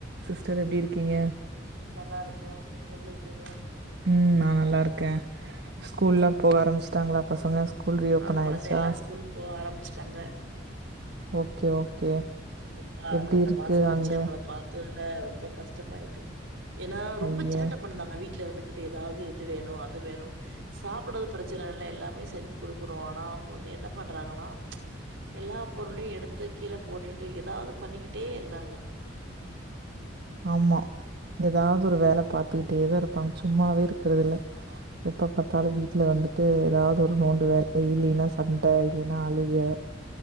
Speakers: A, on the right; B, on the right.
A: Sister எப்டி இருக்கீங்க
B: நல்லா இருக்கே நீங்க எப்டி இருக்கீங்க
A: ம் நா நல்லா இருக்கேன் ஸ்கூல்லாம் போக ஆரம்பிச்சுட்டாங்களா பசங்க ஸ்கூல் ரீஓபன்
B: ஆ
A: ஆயிருச்சா
B: கொழந்தை எல்லா ஸ்கூல் போக ஆரம்பிச்சுட்டாங்க
A: ஓகே ஓகே
B: எப்பா
A: எப்டி
B: ரெண்டு
A: இருக்கு
B: மாசம் வச்சு
A: அங்க
B: அவங்கள பாத்து <unintelligible> ரொம்ப கஷ்டமாயிட்டு ஏன்னா ரொம்ப
A: ஐயோ
B: சேட்டை பண்ணுதாங்க வீ் ட்ல இருந்துகிட்டு ஏதாது இது வேணு அது வேணு சாப்பிடுறது பிரச்சனைல்ல எல்லாமே செஞ்சு குடுக்குறோம் ஆனா அவங்க வந்து என்ன பண்றாங்கன்னா எல்லா பொருளையும் எடுத்து கீழ போட் டுட்டு ஏதாது பண்ணிக்கிட்டே இருக்காங்க
A: ஆமா ஏதாது ஒரு வேலை பாத்துக்கிட்டே தா இருப்பாங்க சும்மாவே இருக்கிறது இல்ல எப்ப பாத்தாலும் வீட்ல வந்துட்டு ஏதாது ஒரு நோண்டு வேலை இல்லன்னா சண்டை இல்லன்னா அழுக